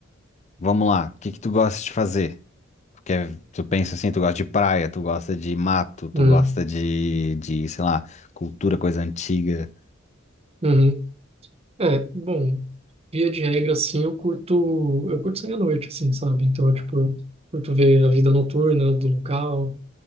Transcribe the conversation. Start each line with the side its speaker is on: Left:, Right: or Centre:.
Left: Vamos lá, o que que tu gosta de fazer? Porque tu pensa assim, tu gosta de praia, tu gosta de mato, tu
Right: Hum,
Left: gosta de, de, sei lá, cultura, coisa antiga.
Right: uhum. É, bom, via de regra, assim, eu curto, eu curto sair à noite, assim, sabe? Então, tipo, eu curto ver a vida noturna do local,